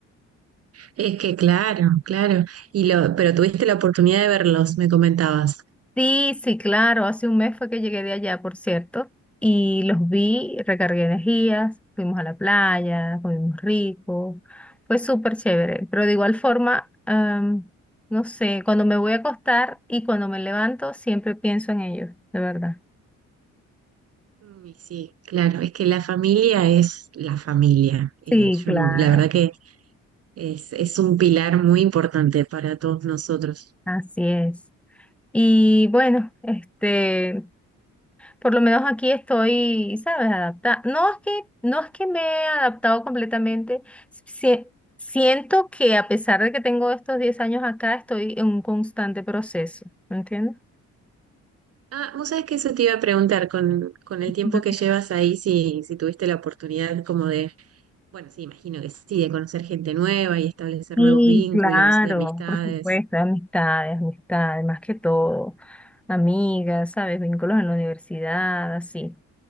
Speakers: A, on the right (about 50°); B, in the centre.
A: es que claro, claro. Y lo, pero tuviste la oportunidad de verlos, me comentabas.
B: Sí, sí, claro, hace un mes fue que llegué de allá, por cierto, y los vi, recargué energías, fuimos a la playa, comimos rico, fue súper chévere, pero de igual forma, am, no sé, cuando me voy a acostar y cuando me levanto siempre pienso en ellos, de verdad.
A: Mm, Y sí, claro, es que la familia es la familia. Eh,
B: Sí,
A: yo
B: claro,
A: no- la verdad que es, es un pilar muy importante para todos nosotros.
B: así es. Y bueno, este, por lo menos aquí estoy, ¿sabes? Adaptada. No es que, no es que me he adaptado completamente. Sie- siento que a pesar de que tengo estos 10 años acá, estoy en un constante proceso, ¿me entiendes?
A: Ah, vos sabés que eso te iba a preguntar con, con el tiempo
B: Ujú.
A: que llevas ahí, si, si tuviste la oportunidad como de, bueno, sí, imagino que sí, de conocer gente nueva y establecer
B: Sí,
A: nuevos vínculos,
B: claro,
A: de amistades.
B: por supuesto, amistades, amistades, más que todo, amigas, ¿sabes? Vínculos en la universidad, así.